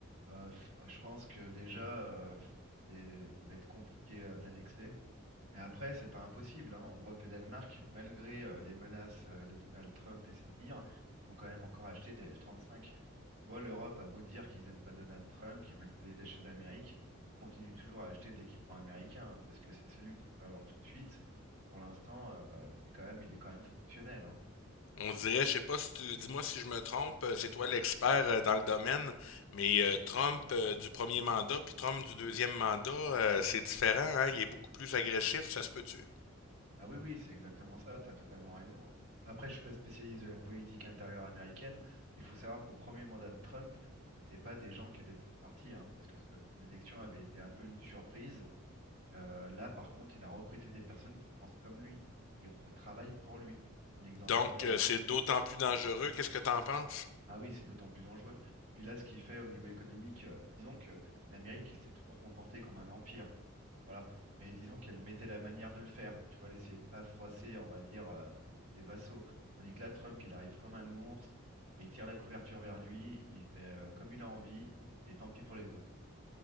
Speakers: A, on the right; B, on the left.
A: Euh, pff, je pense que déjà, euh, c'est- ça va être compliqué euh, de l'annexer. Mais après, c'est pas impossible, hein. On voit que le Danemark, malgré euh, les menaces euh, de Donald Trump et ses dires, ils ont quand même encore acheté des F-35. Tu vois, l'Europe a beau dire qu'ils aiment pas Donald Trump, qu'ils veulent se détacher de l'Amérique, ils continuent toujours à acheter de l'équipement américain, hein, parce que c'est celui que tu peux avoir tout de suite. Et pour l'instant, euh, c'est quand même, il est quand même fonctionnel, hein.
B: On dirait, je sais pas si tu, dis-moi si je me trompe, euh, c'est toi l'expert euh, dans le domaine, mais euh, Trump euh, du premier mandat puis Trump du deuxième mandat, euh, c'est différent, hein, il est beaucoup plus agressif, ça se peut-tu?
A: Ah oui, oui, c'est exactement ça, tu as totalement raison. hein. Après, je suis pas spécialiste de la politique intérieure américaine, mais il faut savoir qu'au premier mandat de Trump, c'était pas des gens qui étaient de son parti, hein, parce que ce- son élection avait été un peu une surprise. Euh, là, par contre, il a recruté des personnes qui pensent comme lui, qui re- travaillent pour lui. Tandis que dans
B: Donc
A: celle d'avant,
B: euh, c'est
A: oui,
B: d'autant plus dangereux, qu'est-ce que t'en penses?
A: ah oui, c'est d'autant plus dangereux. Puis là, ce qu'il fait au niveau économique, euh, disons que l'Amérique s'est toujours comportée comme un empire. Voilà. Mais disons qu'elle mettait la manière de le faire. Tu vois, elle essayait de pas froisser, on va dire, euh, ses vassaux. Tandis que là, Trump, il arrive comme un ours, il tire la couverture vers lui, il fait euh, comme il a envie, et tant pis pour les autres.